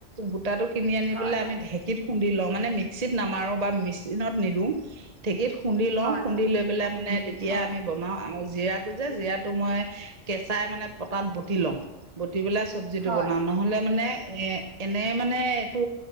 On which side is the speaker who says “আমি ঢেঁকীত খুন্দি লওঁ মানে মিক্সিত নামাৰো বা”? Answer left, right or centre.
Right